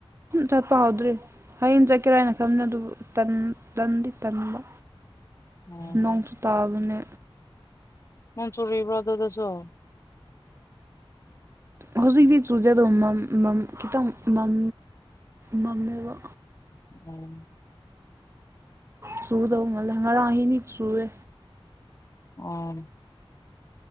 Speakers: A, on the right (about 30°); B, on the left (about 35°).
A: ꯆꯠꯄ ꯍꯧꯎꯗ꯭ꯔꯤ ꯍꯌꯦꯡ ꯆꯠꯀꯦꯔꯥ ꯍꯥꯏꯅ ꯈꯟꯕꯅꯤ ꯑꯗꯨꯕꯨ ꯇꯟ ꯇꯟꯗꯤ ꯇꯟꯕ
B: ꯑꯣ
A: ꯅꯣꯡꯁꯨ ꯇꯥꯕꯅꯦ
B: ꯅꯣꯡ ꯆꯨꯔꯤꯕ꯭ꯔꯣ ꯑꯗꯨꯗꯁꯨ
A: ꯍꯧꯖꯤꯛꯇꯤ ꯆꯨꯗꯦ ꯑꯗꯣ ꯃꯝ ꯃꯝ ꯈꯤꯇꯪ ꯃꯝ ꯃꯝꯃꯦꯕ
B: ꯑꯣ
A: ꯆꯨꯗꯧꯉꯜꯂꯦ ꯉꯔꯥꯡ ꯑꯍꯤꯡꯗꯤ ꯆꯨꯔꯦ
B: ꯑꯣ